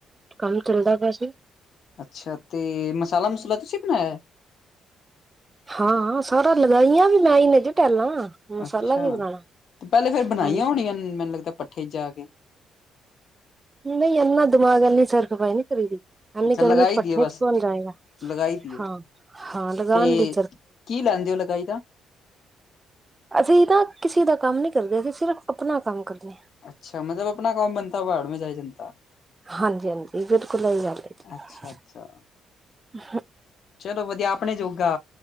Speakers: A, on the right (about 25°); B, on the left (about 60°).
A: ਕੰਮ ਚੱਲਦਾ ਪਿਆ ਸੀ।
B: ਅੱਛਾ ਤੇ ਮਸਾਲਾ ਮਸੂਲਾ ਤੁਸੀਂ ਬਣਾਇਆ?
A: ਹਾਂ, ਸਾਰਾ ਲਗਾਈਆਂ ਵੀ ਮੈਂ ਹੀ ਨੇ ਜੀ ਟੈਲਾਂ। ਮਸਾਲਾ
B: ਅੱਛਾ
A: ਵੀ ਬਣਾਣਾ
B: ਤੇ ਪਹਿਲੇ ਫੇਰ ਬਣਾਈਆਂ
A: ਹਾਂਜੀ
B: ਹੋਣੀਆਂ ਮੈਨੂੰ ਲੱਗਦਾ ਪੱਠੇ ਚ ਜਾ ਕੇ।
A: ਨਹੀਂ ਇਹਨਾ ਦਿਮਾਗ ਹੈਨੀ, ਸਰਖਪਾਈ ਨੀ ਕਰੀ ਦੀ। ਇਹਨੀ
B: ਅੱਛਾ
A: ਗਰਮੀ
B: ਲਗਾਈ
A: ਚ ਪੱਠੇ
B: ਦੀਏ ਬਸ
A: ਚ ਕੌਣ ਜਾਏਗਾ।
B: ਲਗਾਈ ਦੀਏ
A: ਹਾਂ, ਹਾਂ ਲਗਾਣ
B: ਤੇ
A: ਦੀ ਸਰ
B: ਕੀ ਲੈਂਦੇ ਹੋ ਲਗਾਈ ਦਾ?
A: ਅਸੀਂ ਨਾ ਕਿਸੇ ਦਾ ਕੰਮ ਨੀ ਕਰਦੇ, ਅਸੀਂ ਸਿਰਫ ਆਪਣਾ ਕੰਮ ਕਰਨੇ ਆ।
B: ਅੱਛਾ ਮਤਲਬ ਆਪਣਾ ਕਾਮ ਬੰਨਤਾ, ਭਾੜ ਮੈਂ ਜਾਏ ਜਨਤਾ।
A: ਹਾਂਜੀ, ਹਾਂਜੀ ਬਿਲਕੁਲ ਇਹੀ ਗੱਲ ਹੈ ਜੀ।
B: ਅੱਛਾ ਅੱਛਾ ਚਲੋ ਵਧੀਆ, ਆਪਣੇ ਜੋਗਾ